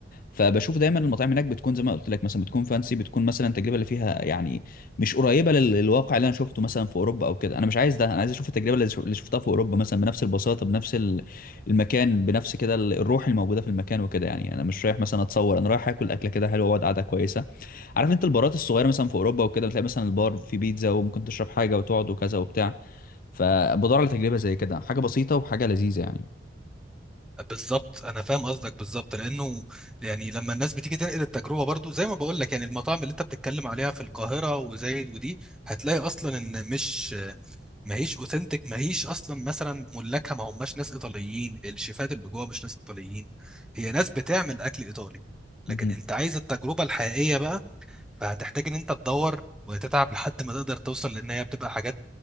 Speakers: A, on the left (about 50°); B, in the centre.
A: فبشوف دايما المطاعم هناك بتكون زي ما قلت لك مثلا بتكون فانسي بتكون مثلا التجربه اللي فيها يعني مش قريبه لل- للواقع اللي انا شفته مثلا في اوروبا او كده انا مش عايز ده انا عايز اشوف التجربه اللي شف- اللي شفتها في اوروبا مثلا بنفس البساطه بنفس ال- المكان بنفس كده ال- الروح الموجوده في المكان وكده يعني يعني انا مش رايح مثلا اتصور انا رايح اكل اكله كده حلوه واقعد قعده كويسه عارف انت البارات الصغيره مثلا في اوروبا وكده بتلاقي مثلا البار في بيتزا وممكن تشرب حاجه وتقعد وكذا وبتاع فبدور على تجربه زي كده حاجه بسيطه وحاجه لذيذه
B: بالظبط انا فاهم قصدك بالظبط لانه يعني لما الناس بتيجي تنقل التجربه برضو زي ما بقول لك يعني المطاعم اللي انت بتتكلم عليها في القاهره وزايد ودي هتلاقي اصلا ان مش ما هيش اوثنتك ما هيش اصلا مثلا ملاكها ما هماش ناس ايطاليين الشيفات اللي جوه مش ناس ايطاليين هي ناس بتعمل اكل ايطالي لكن
A: يعني
B: انت عايز التجربه الحقيقيه بقى فهتحتاج ان انت تدور وتتعب لحد ما تقدر توصل لان هي بتبقى حاجات